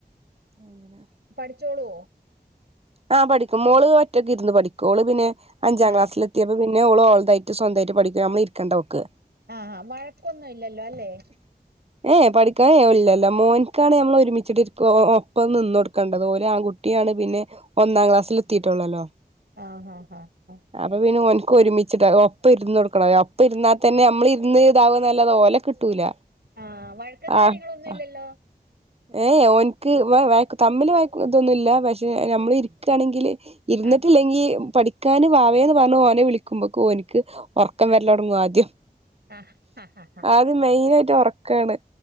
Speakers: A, on the right; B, on the right.
A: അങ്ങനെ
B: പഠിച്ചോളൂ
A: ആ പഠിക്കും. മോള് ഒറ്റക്ക് ഇര്ന്ന് പഠിക്കും. മോള് പിന്നെ അഞ്ചാം
B: ആഹ്
A: ക്ലാസ്സിൽ എ ത്തി അപ്പൊ പിന്നെ ഓള് തായിട്ട് സ്വന്തായിട്ട് പഠിക്കും. ണമ്മള് ഇരിക്കണ്ട ഓൾക്ക്
B: ആഹ് ആ വഴക്കൊന്നും ഇല്ലല്ലോ അല്ലേ?
A: ഏ എ, പഠിക്കാൻ ഏ ഇല്ലല്ല മോൻക്കാണ് ഞമ്മൾ ഒരുമിച്ചിട്ട് ഇര്ക്ക് ഒപ്പം നിന്നൊടുക്കണ്ടത് ഓൽ ആൺകു കുട്ടിയാണ് പിന്നെ ഒന്നാം ക്ലാസ്സിൽ എത്തിയിട്ടുള്ളല്ലോ
B: ആഹ് ആഹ് ആഹ് ആഹ്
A: അപ്പൊ പിന്നെ ഒൻക്ക് ഒരുമിച്ചിട്ട ഒപ്പം ഇരുന്ന് കൊടുക്കണം. ഒപ്പം ഇരന്നാ തന്നെ നമ്മൾ ഇരുന്ന് ഇതാവാ ന്നല്ലാതെ ഓലെ കിട്ടൂല
B: ആഹ് വഴക്കും കാര്യങ്ങളൊന്നും
A: ആഹ്
B: ഇല്ലല്ലോ?
A: ഏഹ് ഏ ഓൻക്ക് വേ വഴക്ക് തമ്മിൽ വഴക്കും ഇതൊന്നുല്ല. പക്ഷെ നമ്മള് ഇരിക്കാണെങ്കില് ഇര്ന്നിട്ടില്ലെങ്കി
B: ആഹ്
A: പഠിക്കാന് വാവേന്ന് പറഞ്ഞ് ഓനെ വിളിക്കുമ്പൊക് ഓൻക്ക് ഉറക്കം
B: ആഹ്
A: വരല്ലോട്ങ്ങും ആദ്യം
B: ആഹ് ആഹ് ആഹ്
A: ആദ്യം മെയിനായിട്ട് ഉറക്കാണ്.